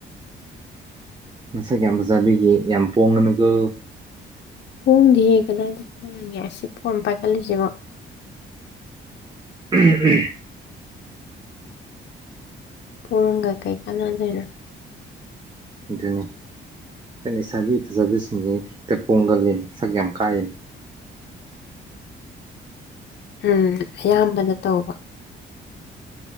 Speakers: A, on the right; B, on the left.
A: ꯃꯁꯛ ꯌꯥꯝ ꯐꯖꯥꯕꯤꯒꯤ ꯌꯥꯝ ꯄꯣꯡꯉꯅꯨꯀꯣ
B: ꯄꯣꯡꯗꯤꯌꯦ ꯀꯗꯥꯏꯗꯒꯤ ꯄꯣꯡꯒꯦ ꯑꯁꯤ ꯐꯣꯟꯝ ꯄꯥꯏꯈꯠꯂꯤꯁꯤꯕꯣ
A: ꯎꯝ ꯎꯝ꯫
B: ꯄꯣꯔꯝꯒ ꯀꯩ ꯀꯥꯟꯅꯥ ꯂꯩꯅꯣ꯫
A: ꯑꯗꯨꯅꯤ ꯅꯣꯏꯠꯂꯩꯁꯥꯕꯤ ꯐꯖꯕꯁꯤꯡꯁꯦ ꯍꯦꯛꯇ ꯄꯣꯡꯒꯜꯂꯤꯅ ꯁꯛ ꯌꯥꯝ ꯀꯥꯛꯑꯅꯦ
B: ꯎꯝ ꯑꯌꯥꯝꯕꯅ ꯇꯧꯕ